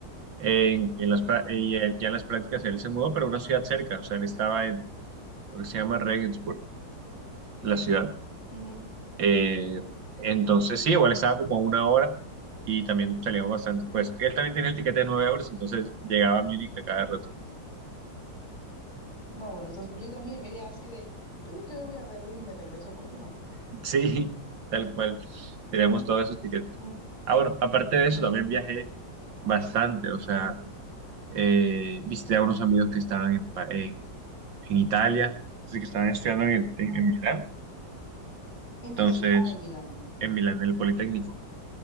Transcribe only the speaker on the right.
en, en las, prá- y
él- ya en las prácticas él se mudó, pero a una ciudad cerca, o sea, él estaba en lo que se llama Regensburg, la ciudad.
Eh, entonces,
sí, igual estaba como a una hora y también salíamos bastante.
Pues él también tenía el tiquete de nueve euros, entonces llegaba a Múnich a cada rato.
<laughs> Sí, tal cual. Teníamos
todos esos tiquetes.
Ah, bueno, aparte de eso,
también
viajé bastante. O sea,
eh, visité a unos amigos que estaban en, Pa- en, en Italia, sí, que estaban estudiando en, en,
en Milán. Entonces,
en Milán, en
el Politécnico.